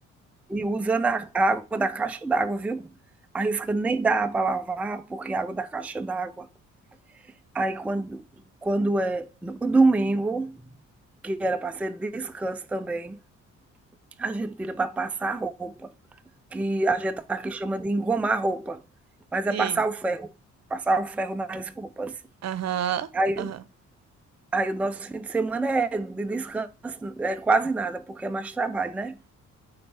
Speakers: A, in the centre; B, on the right.
A: E usando a água da caixa d'água, viu? Arrisca nem dá para lavar, porque é água da caixa d'água. Aí quando, quando é no domingo, que era para ser descanso também, a gente tira para passar roupa, que a gente aqui chama de engomar roupa, mas é
B: Sim.
A: passar o ferro, passar o ferro nas roupas.
B: Aham.
A: Aí,
B: Aham.
A: aí o nosso fim de semana é de descanso, é quase nada, porque é mais trabalho, né?